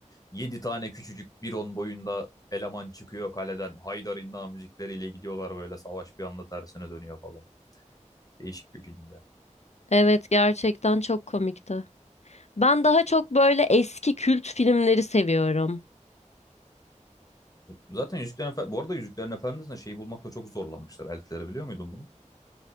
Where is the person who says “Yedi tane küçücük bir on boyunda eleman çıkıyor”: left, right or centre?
Left